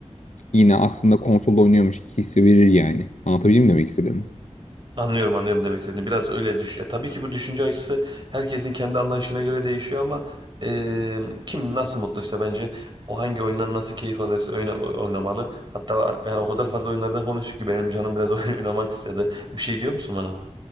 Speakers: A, on the left (about 85°); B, on the right (about 40°).
A: yine aslında konsolda oynuyormuş hissi verir yani. Anlatabildim mi demek istediğimi?
B: Anlıyorum anlıyorum demek istediğini. Biraz öyle düş. Ya, tabii ki bu düşünce açısı herkesin kendi anlayışına göre değişiyor ama e, kim nasıl mutluysa bence o hangi oyundan nasıl keyif alırsa oyna, oynamalı. Hatta yani o kadar fazla oyunlardan konuştuk ki benim canım biraz <laughs> oyun oynamak istedi. Bir şey diyor musun bana?